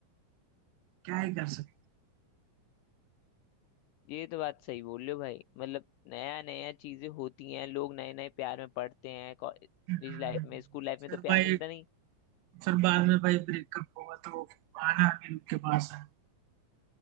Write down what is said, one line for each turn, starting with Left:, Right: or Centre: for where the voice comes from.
Right: क्या ही कर सकते
Left: ये तो बात सही बोल रहे हो भाई मतलब नया नया चीजें होती हैं लोग नए नए प्यार में पड़ते हैं कॉलेज
Right: हैं।
Left: लाइफ में स्कूल लाइफ में
Right: फिर
Left: तो प्यार
Right: भाई
Left: मिलता नहीं है
Right: फिर बाद में भाई ब्रेकअप हुआ तो आना भी उनके पास है